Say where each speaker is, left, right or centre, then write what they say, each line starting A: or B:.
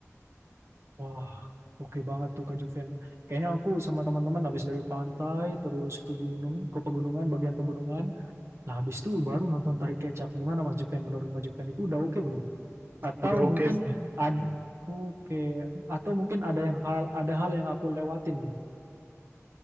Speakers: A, on the right; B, on the right.
A: Wah, oke banget tuh Kak Juven. Kayaknya aku sama teman-teman habis dari pantai, terus ke gunung, ke pegunungan, bagian pegunungan. Nah, habis itu baru nonton tari kecak. Gimana Mas Juven? Menurut Mas Juven itu udah oke belum? Atau
B: Udah
A: mungkin
B: oke sih.
A: ada
B: Hmm,
A: oke, atau mungkin ada yang hal ada hal yang aku lewatin nih.